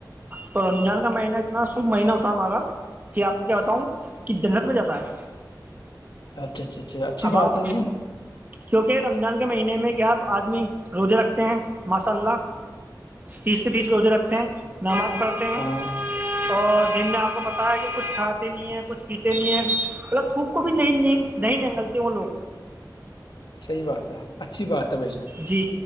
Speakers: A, on the right (about 25°); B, on the left (about 85°).
A: تو رنجن مہینتنا س شب مہین ہو ہمارا کہ آپ کو کیا بتاؤں کہ جنت میں جاتا ہے
B: اچھا اچھا اچھا اچھا اچھی
A: اب
B: بات
A: آپ
B: ہے نہیں
A: کیونکہ رمضان کے مہینے میں کیا آدمی روزے رکھتے ہیں ماشاء اللہ تیس سے بییس روزے رکھتے ہیں نماز پڑھتے ہیں
B: ہاں
A: اور جن میں آپ کو پتا ہے کہ کچھ کھاتے نہیں ہے کچھ پیتے نہیں ہے مطلب تھوک کو بھی ن نئی جینگل تو وہ لوگ
B: صحیح بات ہے اچھی بات ہے بھائی جان
A: جی